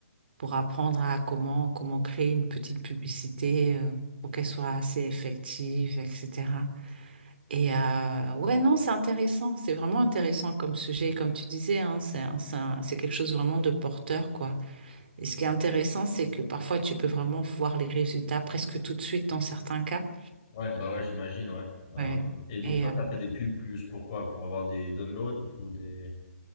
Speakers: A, on the right; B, on the left.
A: pour apprendre à comment, comment créer une petite publicité euh, pour qu'elle soit assez effective, etc. Et euh, ouais, non, c'est intéressant, c'est vraiment intéressant comme sujet, comme tu disais, hein, c'est un- c'est un- c'est quelque chose vraiment de porteur, quoi. Et ce qui est intéressant, c'est que parfois tu peux vraiment voir les résultats presque tout de suite dans certains cas.
B: Ouais, bah ouais, j'imagine, ouais. Euh,
A: Ouais.
B: et donc
A: Et
B: toi,
A: euh,
B: t'as fait des pubs plus pourquoi? Pour avoir des downloads ou des...